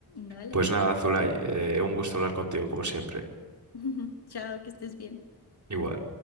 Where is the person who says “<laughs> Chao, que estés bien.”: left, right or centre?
Left